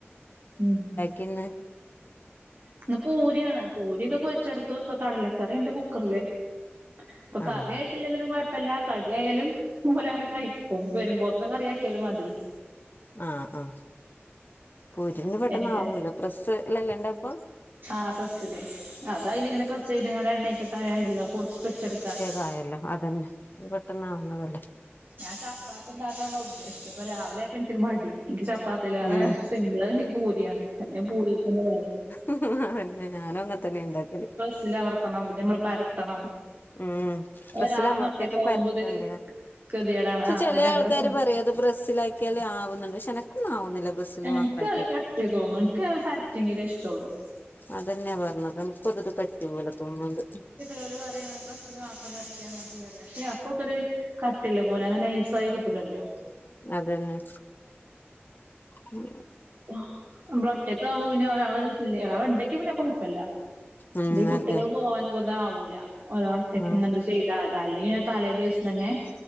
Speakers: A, on the right; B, on the left.
A: ഉം
B: കിന്ന്
A: ഇന്ന് പൂരിയാണ് പൂരിയൊക്കെ പൊരിച്ചെടുത്തു ഇപ്പൊ കടലക്കറിണ്ട് കുക്കർല് അപ്പൊ കറിയായിട്ടില്ലെങ്കിലും
B: ആഹ്
A: കൊഴ്‌പ്പല്ല കടി ആയാല്ലും ഒൽ അങ്ങനെ കഴിക്കും വരുമ്പോത്തനെ കറി ആക്കിയാലും മതി
B: ആഹ ആഹ പൂരി പിന്നെ പെട്ടെന്ന്
A: എന്റെ
B: ആവുമല്ലോ പ്രെസ്സ് അല്ലെ ഉണ്ടാക്കുവ
A: ആ പ്രസ്സില് അത അതിലിങ്ങനെ പ്രസ് ചെയ്ത്ങ്ങ എണ്ണക്കെ തടേണ്ടല്ലോ പൊരിച്ചെടുക്കാണ്
B: തായല്ലോ അതന്നെ പെട്ടന്നാവുന്നാ ലെ
A: ഞാൻ ചപ്പാത്തി ഉണ്ടാക്കാനഉദേശിച്ചേ പിന്നെ രാവിലെ ആയപ്പോ എനിക്കൊരു മടി എനിക്ക് ചപ്പാത്തിലെറേ
B: ഉം
A: സിമ്പിള് ഈ പൂരിയാണ് എ പൂരിക്ക വേ
B: ഉ പിന്നെ ഞാനും അങ്ങത്തന്നെ ഉണ്ടാക്കില്
A: സിലമർത്തണം പിന്നെ നമ്മൾ പരത്തണം
B: ഉം പ്രസ്സിൽ
A: ഒരാളൊന്ന്
B: അമർത്തിട്ടും
A: ഒറ്റക്കാവുമ്പോ
B: പരത്തണ്ടേ
A: ഇത് ഗതികേടാണ്
B: പക്ഷെ
A: ആ
B: ചില
A: അങ്ങനെ രണ്ടും
B: ആൾക്കാര് പറയാ അത് പ്രെസ്സിൽ ആക്കിയൽ ആവുന്നുണ്ട് പക്ഷെനക്കൊന്നും ആവുന്നില്ല ബ്രസ്സില്
A: എനിക്ക്
B: മാത്രം ആക്കിയിട്ട്
A: കട്ടിയായി തോന്നുന്നു എനിക്ക് പരത്തിങ്കിലേ ഇഷ്ടള്ളു
B: അതന്നെയാ പറഞ്ഞത് ഇൻക്കും അത് കട്ടി പോലെ തോന്നുന്നുണ്ട്
A: ലോൽ പറയും അങ്ങനെ പ്രസ്സിൽ മാത്രം പരത്തിയാമതി പക്ഷെ അപ്പൊക്ക ഒരു കട്ടില്ല പോലെ അങ്ങനെ ഈസ ആയി കിട്ടൂലല്ലോ
B: അതന്നെ മം
A: ന് ഞമ്മള് ഒറ്റൊക്കെ ആവുമ്പോ പിന്നെ ഒരാള് ഇല്ല ഒരാള ഉണ്ടങ്കി പിന്നെക്കെ കുഴപ്പമില്ല
B: ഉം
A: ഇത് കുട്ടികൾ
B: അതെ
A: പോവാനാവുമ്പോതിന്ന് ആവൂല ഒരാൾ ഒറ്റക്
B: ആ
A: ഇങ്ങനെ ചെയ്താല അല്ലെങ്കിൽ തലേ ദിവസം തന്നെ